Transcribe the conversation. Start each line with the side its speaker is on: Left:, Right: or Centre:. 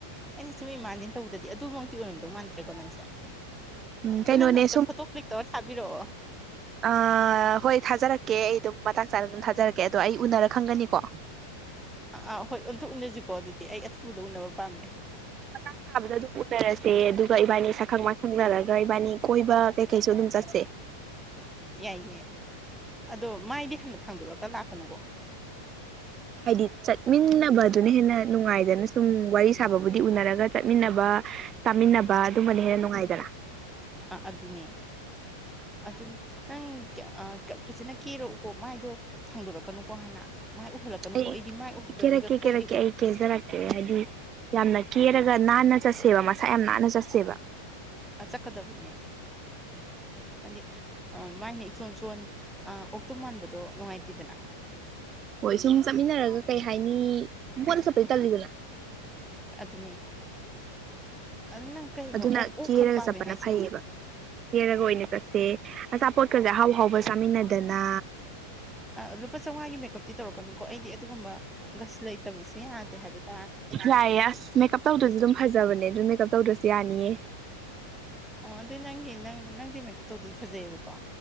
Centre: ꯑꯩꯁꯦ ꯁꯨꯝ ꯏꯃꯥꯖꯤꯟ ꯇꯧꯗꯗꯤ ꯑꯗꯨꯃꯛꯇꯤ ꯑꯣꯏꯔꯝꯗꯧ ꯃꯥꯟꯗ꯭ꯔꯦꯀꯣ ꯅꯪꯁꯦ
Right: ꯎꯝ ꯀꯩꯅꯣꯅꯦ
Centre: ꯅꯪ ꯑꯝꯇ ꯐꯣꯇꯣ ꯀ꯭ꯂꯤꯛꯇꯧꯔ ꯊꯥꯕꯤꯔꯛꯑꯣ
Right: ꯑ ꯍꯣꯏ ꯊꯥꯖꯔꯛꯀꯦ ꯑꯩ ꯑꯗꯨꯝ ꯃꯇꯥꯡ ꯆꯥꯅ ꯑꯗꯨꯝ ꯊꯥꯖꯔꯛꯀꯦ ꯑꯗꯣ ꯑꯩ ꯎꯅꯔ ꯈꯪꯒꯅꯤꯀꯣ
Centre: ꯑꯥ ꯑꯥ ꯍꯣꯏ ꯑꯥꯟꯇ ꯎꯅꯁꯤꯀꯣ ꯑꯗꯨꯗꯤ ꯑꯩ ꯑꯊꯨꯕꯗ ꯎꯅꯕ ꯄꯥꯝꯃꯦ
Right: ꯑꯗꯨ ꯃꯇꯥꯡ ꯆꯥꯕꯗ ꯑꯗꯨꯝ ꯎꯅꯔꯁꯦ ꯑꯗꯨꯒ ꯏꯕꯥꯅꯤ ꯁꯛꯈꯪ ꯃꯥꯏꯈꯪꯅꯔꯒ ꯏꯕꯥꯅꯤ ꯀꯣꯏꯕ ꯀꯩꯀꯩꯁꯨ ꯑꯗꯨꯝ ꯆꯠꯁꯦ
Centre: ꯌꯥꯏꯌꯦ ꯑꯗꯣ ꯃꯥꯏꯗꯤ ꯍꯥꯟꯅ ꯊꯥꯡꯗꯣꯔꯛꯒ ꯂꯥꯛꯀꯅꯨꯀꯣ
Right: ꯍꯥꯏꯗꯤ ꯆꯠꯃꯤꯟꯅꯕꯗꯨꯅ ꯍꯦꯟꯅ ꯅꯨꯡꯉꯥꯏꯗꯅ ꯁꯨꯝ ꯋꯥꯔꯤ ꯁꯥꯕꯕꯨꯗꯤ ꯎꯅꯔꯒ ꯆꯠꯃꯤꯟꯅꯕ ꯆꯥꯃꯤꯟꯅꯕ ꯑꯗꯨꯝꯕꯅ ꯍꯦꯟꯅ ꯅꯨꯡꯉꯥꯏꯗꯅ
Centre: ꯑꯥ ꯑꯗꯨꯅꯦ ꯑꯗꯨ ꯅꯪ ꯑꯥ ꯐꯖꯅ ꯀꯦꯔꯛꯎꯀꯣ ꯃꯥꯏꯗꯣ ꯊꯥꯡꯗꯣꯔꯛꯀꯅꯨꯀꯣ ꯍꯥꯟꯅ ꯃꯥꯏ ꯎꯍꯜꯂꯛꯀꯅꯨꯀꯣ
Right: ꯑꯩ
Centre: ꯑꯩꯗꯤ ꯃꯥꯏ ꯎꯍꯟꯗꯕ
Right: ꯀꯦꯔꯛꯀꯦ
Centre: ꯃꯤꯒ ꯀꯣꯏꯗꯦꯀꯣ
Right: ꯀꯦꯔꯛꯀꯦ ꯑꯩ ꯀꯦꯖꯔꯛꯀꯦ ꯍꯥꯏꯗꯤ ꯌꯥꯝꯅ ꯀꯦꯔꯒ ꯅꯥꯟꯅ ꯆꯠꯁꯦꯕ ꯃꯁꯥ ꯌꯥꯝ ꯅꯥꯟꯅ ꯆꯠꯁꯦꯕ
Centre: ꯑ ꯆꯠꯀꯗꯝꯅꯤꯅꯦ ꯍꯥꯏꯗꯤ ꯑ ꯃꯥꯅ ꯏꯆꯣꯟ ꯆꯣꯟ ꯑꯥ ꯑꯣꯛꯇꯨꯝ ꯃꯥꯟꯕꯗꯣ ꯅꯨꯡꯉꯥꯏꯇꯦꯗꯅ
Right: ꯍꯣꯏ ꯁꯨꯝ ꯆꯠꯃꯤꯟꯅꯔꯒ ꯀꯩ ꯍꯥꯏꯅꯤ ꯃꯣꯠꯅ ꯆꯠꯄꯗꯤ ꯇꯜꯂꯤꯗꯅ
Centre: ꯑꯗꯨꯅꯦ ꯑꯗꯨ ꯅꯪ ꯀꯩꯅꯣ
Right: ꯑꯗꯨꯅ
Centre: ꯑꯣꯛ ꯑꯣꯛ
Right: ꯀꯦꯔꯒ
Centre: ꯈꯛ ꯄꯥꯝꯃꯦ
Right: ꯆꯠꯄꯅ
Centre: ꯍꯥꯏꯁꯤꯕꯨ
Right: ꯐꯩꯌꯦꯕ ꯌꯦꯔꯒ ꯑꯣꯏꯅ ꯆꯠꯁꯦ ꯑꯆꯥꯄꯣꯠꯀꯁꯦ ꯑꯍꯥꯎꯍꯥꯎꯕ ꯆꯥꯃꯤꯟꯅꯗꯅ
Centre: ꯑ ꯂꯨꯄꯥ ꯆꯧꯉꯥꯒꯤ ꯃꯦꯀꯞꯇꯤ ꯇꯧꯔꯛꯀꯅꯨꯀꯣ ꯑꯩꯗꯤ ꯑꯗꯨꯒꯨꯝꯕ ꯒꯁ ꯂꯩꯇꯕꯁꯦ ꯌꯥꯗꯦ ꯍꯥꯏꯕꯗꯤ
Right: ꯌꯥꯏꯌꯦ ꯑꯁ ꯃꯦꯀꯞ ꯇꯧꯗ꯭ꯔꯁꯨ ꯑꯗꯨꯝ ꯐꯖꯕꯅꯦ ꯑꯗꯨꯝ ꯃꯦꯀꯞ ꯇꯧꯗ꯭ꯔꯁꯨ ꯌꯥꯅꯤꯌꯦ
Centre: ꯑꯣ ꯑꯗꯨ ꯅꯪꯒꯤ ꯅꯪ ꯅꯪꯁꯦ ꯃꯦꯀꯞ ꯇꯧꯗꯁꯨ ꯐꯖꯩꯑꯦꯕꯀꯣ